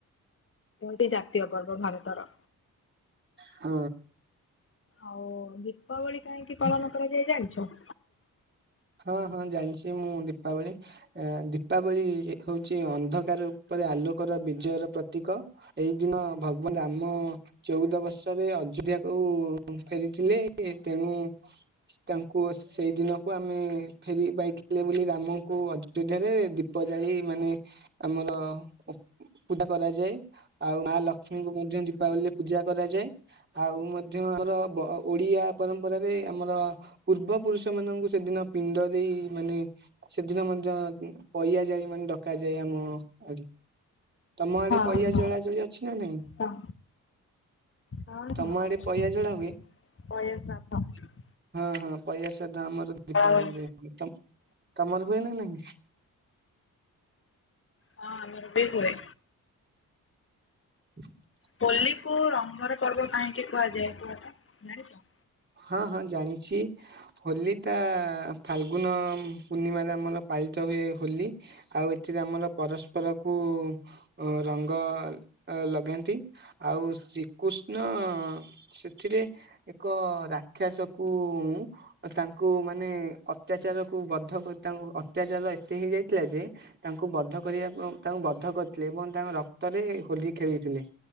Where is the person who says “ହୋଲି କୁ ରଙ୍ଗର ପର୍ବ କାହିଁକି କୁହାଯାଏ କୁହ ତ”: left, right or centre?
Left